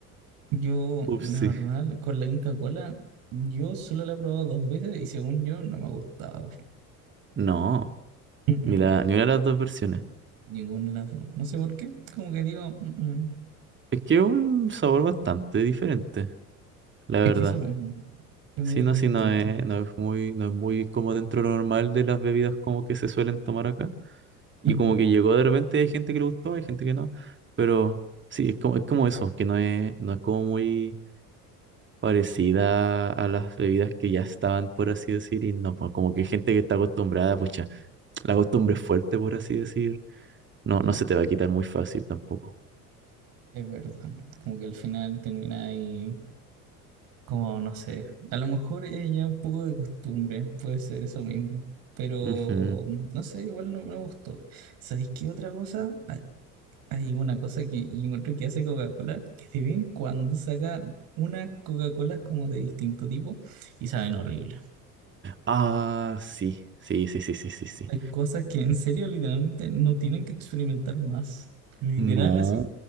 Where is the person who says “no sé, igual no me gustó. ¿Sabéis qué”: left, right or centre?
Right